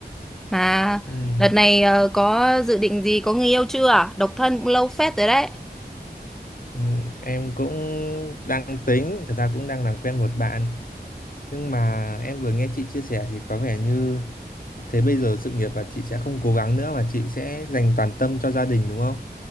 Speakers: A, in the centre; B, on the left (about 55°).
A: Mà
B: Ừm,
A: đợt này ờ, có dự định gì có người yêu chưa? Độc thân cũng lâu phết rồi đấy.
B: ừm, em cũng đang tính thật ra cũng đang làm quen một bạn nhưng mà em vừa nghe chị chia sẻ thì có vẻ như Thế bây giờ sự nghiệp là chị sẽ không cố gắng nữa mà chị sẽ dành toàn tâm cho gia đình đúng không?